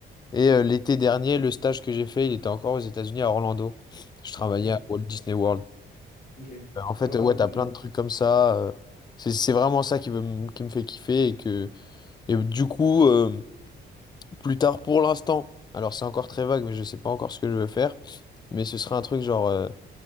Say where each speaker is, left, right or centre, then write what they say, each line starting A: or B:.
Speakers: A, on the left; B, on the left.
A: Et euh, l'été dernier, le stage que j'ai fait, il était encore aux États-Unis à Orlando. Je travaillais
B: Ouais,
A: à Walt Disney World.
B: ok.
A: Euh, En fait,
B: Ah ouais,
A: euh,
B: donc
A: ouais,
B: c'est-
A: t'as plein
B: euh,
A: de trucs comme ça. euh, c'est c'est vraiment ça qui veut m- qui me fait kiffer. Et que, et du coup, euh, plus tard pour l'instant, alors c'est encore très vague, mais je sais pas encore ce que je veux faire. Mais ce serait un truc genre euh,